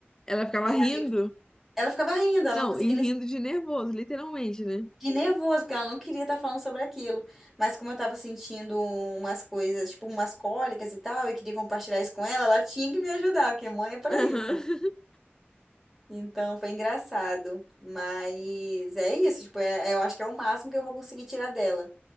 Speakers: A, on the left; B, in the centre.
A: Ela ficava
B: E
A: rindo.
B: ela ficava rindo, ela
A: Não,
B: não conseguia
A: e rindo
B: nem
A: de nervoso, literalmente, né?
B: Que nervoso, porque ela não queria estar falando sobre aquilo. Mas como eu tava sentindo umas coisas, tipo umas cólicas e tal, eu queria compartilhar isso com ela, ela tinha que me ajudar, porque mãe é pra
A: Aham.
B: isso.
A: <laughs>
B: Então foi engraçado. Mas é isso, tipo, é- é- eu acho que é o máximo que eu vou conseguir tirar dela.